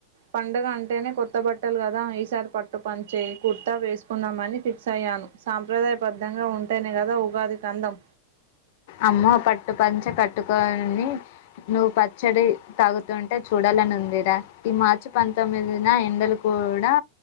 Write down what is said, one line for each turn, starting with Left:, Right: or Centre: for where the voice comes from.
Right: పండుగ అంటేనే కొత్త బట్టలు కదా ఈసారి పట్టు పంచే కుర్తా వేసుకుందామని ఫిక్స్ అయ్యాను సాంప్రదాయబద్ధంగా ఉంటేనే కదా ఉగాదికందం
Left: అమ్మో పట్టు పంచ కట్టుకని నువ్వు పచ్చడి తాగుతుంటే చూడాలని ఉందిరా ఈ మార్చి పంతొమ్మిదిన ఎండలు కూడా